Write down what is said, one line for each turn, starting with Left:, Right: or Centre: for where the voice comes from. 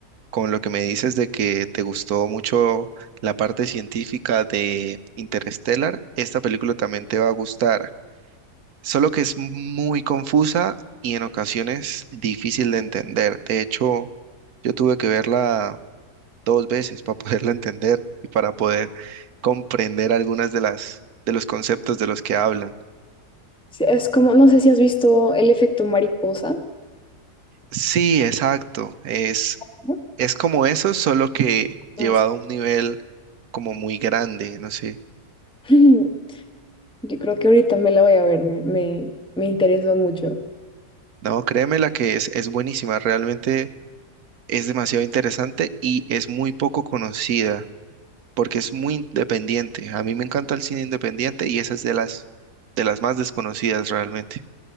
Right: con lo que me dices de que te gustó mucho la parte científica de Interstellar, esta película también te va a gustar. solo que es muy confusa y en ocasiones difícil de entender. De hecho, yo tuve que verla dos veces para <laughs> poderla entender y para poder comprender algunas de las de los conceptos de los que hablan.
Centre: Sí, Es como, no sé si has visto El efecto mariposa.
Right: Sí, exacto. Es
Centre: ¿no?
Right: es como eso, solo que
Centre: No
Right: llevado
Centre: sé.
Right: a un nivel como muy grande, no sé.
Centre: <laughs> Yo creo que ahorita me la voy a ver, me, me, me interesó mucho.
Right: No, créeme la que es es buenísima, realmente es demasiado interesante y es muy poco conocida. porque es muy independiente. A mí me encanta el cine independiente y esa es de las, de las más desconocidas realmente.